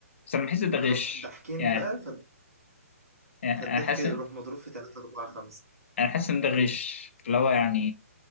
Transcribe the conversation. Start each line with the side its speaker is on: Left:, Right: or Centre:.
Left: بس انا بحس ده غش
Right: نروح ضاحكين
Left: يعني
Right: بقى ف-
Left: يعني
Right: فالضحك
Left: احس
Right: يروح مضروب في 3 4 5
Left: انا حاسس ان ده غش اللي هو يعني